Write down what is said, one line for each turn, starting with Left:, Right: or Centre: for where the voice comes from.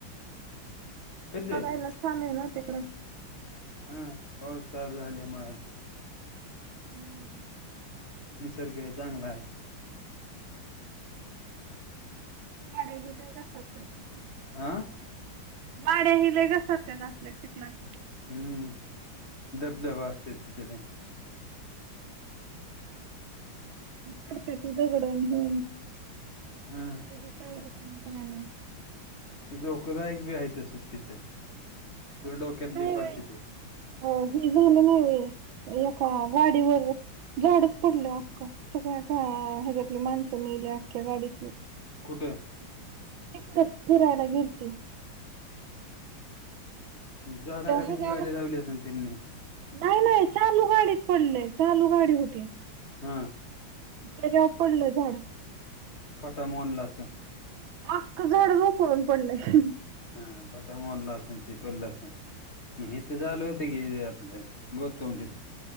Left: कधी जायचं
Right: बघायला छान आहे ना तिकडं
Left: हा पाऊस चालू झाल्यामुळे आता
Right: हम्म
Left: निसर्ग आहे चांगला आहे.
Right: गाडे बि तेसतात त्याच्या
Left: आ
Right: गाड्या हि लेय घसरतात चिखलात
Left: हम्म दबदब असं असतेत तिथं लय
Right: पडते ती दगडण हे
Left: हा
Right: काय होते काय ना
Left: ते धोकादायक बी आहे तसं तिथे
Right: इतकी
Left: डोक्यात
Right: नाही
Left: बी
Right: बाई
Left: पडते ते
Right: अ हे झालं नाही होय एका गाडीवर झाडच पडले अख्खं सगळ्या ह्याच्यातली माणसं मेली अख्ख्या गाडीतली
Left: कुठे?
Right: ते फिरायला गेल ते
Left: झाडाखालीच
Right: त्या ह्याच्यावर
Left: गाडी लावली असेल त्यांनी
Right: नाही नाही चालू गाडीच पडलीय चालू गाडी होती.
Left: हा
Right: त्याच्यावर पडलं झाड-
Left: फटा मोडला असलं
Right: अख्ख झाड झोकळून पडलं
Left: हा फटा मोडला असंल ते पडलं असेल मग हे ते झालं होत की आपलं गोतावंडीत